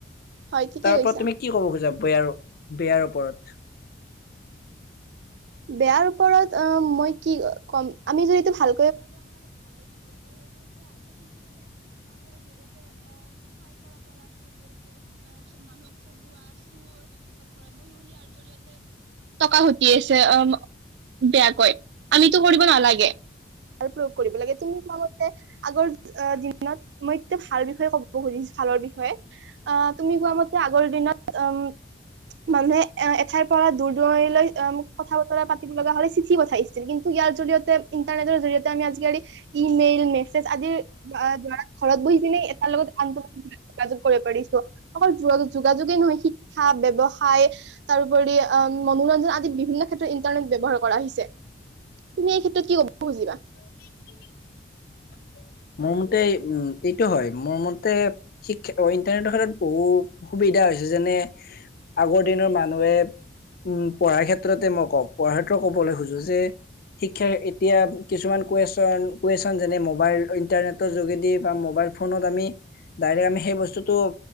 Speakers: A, on the right; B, on the left.
A: হয় ঠিকেই
B: তাৰ
A: কৈছা।
B: পৰা তুমি কি ক'ব খোজা? বেয়াৰ, বেয়াৰ ওপৰত।
A: বেয়াৰ ওপৰত, অ মই কি কম। আমি যদি এইটো ভাল টকা ঘটি আছে। অ বেয়া কয়। আমিতো কৰিব নালাগে। আৰু প্ৰয়োগ কৰিব লাগে, তুমি আগৰ দিনত মই এয়া ভাল বিষয়ে ক'ব খুজিছোঁ ভালৰ বিষয়ে, অ'হ তুমি কোৱা মতে, আগৰ দিনত মানুহে, এ এঠাইৰ পৰা দূৰ দূৰণিৰ লৈ অ' কথা বতৰা পাতিব লগা হ'লে চি চিঠি পঠাইছিল, কিন্তু ইয়াৰ জৰিয়তে, ইন্টাৰনেটৰ জৰিয়তে আমি আজিকালি ইমেইল, মেছেজ আদিৰ দ্বাৰা ঘৰত বহি পিনে এটাৰ লগত আনোটোৰ যোগাযোগ কৰিব পাৰিছোঁ। অকল যোগাযোগ, যোগাযোগেই নহয় শি শিক্ষা, ব্যৱসায় তাৰোপৰি উম! মনোৰঞ্জন আদি বিভিন্ন টো ইন্টাৰনেট ব্যৱহাৰ কৰা আহিছে, তুমি এই ক্ষেত্ৰত কি ক খুজিবা?
B: <unintelligible> মই <unintelligible> এ এইটো হয় মোৰ মতে শিক ইণ্টাৰনেটৰ খেত্ৰত বহুত সুবিধা হৈছে। যেনে, আগৰ দিনৰ মানুহে উম পঢ়াৰ ক্ষেত্ৰতে মই কওঁ পঢ়াৰ ক্ষেত্ৰত ক'বলৈ খোজো যে শিক্ষা এতিয়া কিছুমান কুৱেশচন কুৱেশচন যেনে মোবাইল ইণ্টাৰনেটৰ যোগেদি বা মোবাইল ফোনত আমি ডাইৰেক্ট আমি সেই বস্তুতটো